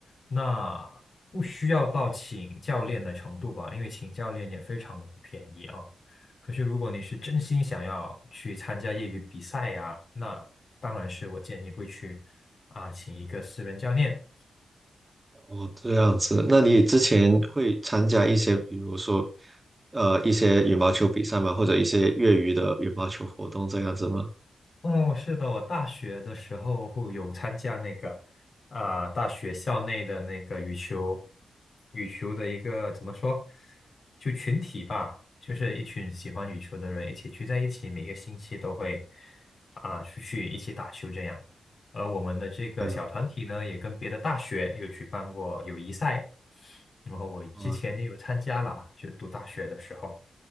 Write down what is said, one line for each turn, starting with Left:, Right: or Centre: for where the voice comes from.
Left: 那不需要到请教练的程度吧，因为请教练也非常的不便宜啊。可是如果你是真心想要去参加业余比赛呀、那当然是我建议会去啊、请一个私人教练。
Right: 哦，这样子，那你之前会参加一些，比如说，呃，一些羽毛球比赛吗？或者一些业余的羽毛球活动这样子吗？
Left: 哦，是的，我大学的时候会有参加那个，啊、大学校内的那个羽球，羽球的一个怎么说，就群体吧，就是一群喜欢羽球的人一起聚在一起，每个星期都会啊、出去一起打球这样。而我们的这个小团体呢，
Right: 对吗？
Left: 也跟别的大学有举办过友谊赛，然后我之前也有参加了，
Right: 哦
Left: 就读大学的时候。